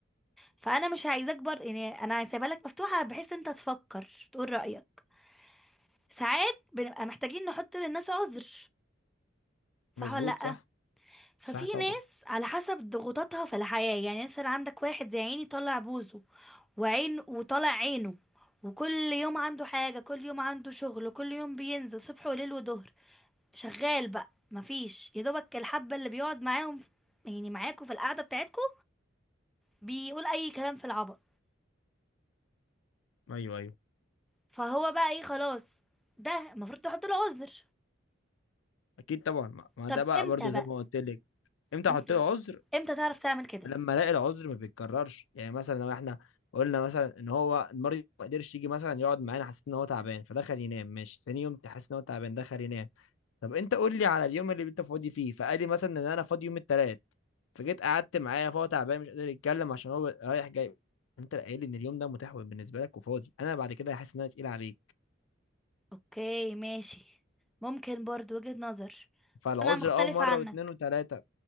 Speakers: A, in the centre; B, on the left.
A: فانا مش عايزه اكبر يعني انا سايبه لك مفتوحه بحيث انت تفكر تقول رايك ساعات بنبقى محتاجين نحط للناس عذر صح
B: مظبوط
A: ولا لا
B: صح
A: ففي
B: صح طبعا
A: ناس على حسب ضغوطاتها في الحياة يعني مثلا عندك واحد زي عيني طالع بوزه وعين وطالع عينه وكل يوم عنده حاجة كل يوم عنده شغل كل يوم بينزل صبح وليل وظهر شغال بقى مفيش يا دوبك الحبة اللي بيقعد معاهم يعني معاكوا في القعدة بتاعتكوا بيقول أي كلام في العبط
B: ايوه ايوه
A: فهو بقى ايه خلاص ده المفروض تحط له عذر
B: اكيد طبعا ما ما
A: طب
B: ده بقى
A: امتى
B: برضو
A: بقى
B: زي ما قلت لك امتى
A: امتى
B: احط له عذر
A: امتى تعرف تعمل كده
B: لما الاقي العذر ما بيتكررش يعني مثلا لو احنا قلنا مثلا ان هو المريض ما قدرش يجي مثلا يقعد معانا حسيت ان هو تعبان فدخل ينام ماشي تاني يوم تحس ان هو تعبان دخل ينام طب انت قول لي على اليوم اللي انت فاضي فيه فقال لي مثلا ان انا فاضي يوم الثلاث فجيت قعدت معاه فهو تعبان مش قادر يتكلم عشان هو رايح جاي انت اللي قايل لي ان اليوم ده متاح بالنسبه لك وفاضي انا بعد كده هحس ان انا تقيل عليك
A: اوكي ماشي ممكن برضو وجهة نظر
B: فالعذر
A: بس انا مختلفة
B: اه مره
A: عنك
B: واثنين وثلاثه